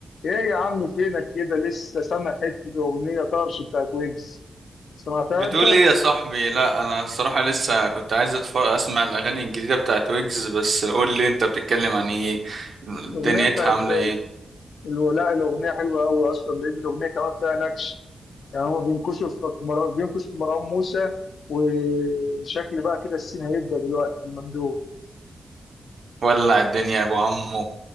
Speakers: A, on the left (about 80°); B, on the right (about 70°).
A: ايه يا عم فينك كده لسه سامع حته اغنيه طرش بتاعت ويجز سمعتها
B: بتقول
A: انت
B: ايه يا صاحبي لا انا الصراحه لسه كنت عايز أتف- اسمع الاغاني الجديده بتاعت ويجز بس قول لي انت بتتكلم عن ايه دنيتها
A: الاغنيه بتاعت
B: عامله ايه
A: الو- لا الاغنيه حلوه قوي اصلا لان الاغنيه كمان فيها نكش يعني هو بينكشوا في في مروان بينكش في مروان موسى وشكل بقى كده السين هيبدا دلوقتي الممدوح
B: ولع الدنيا يا ابو عمو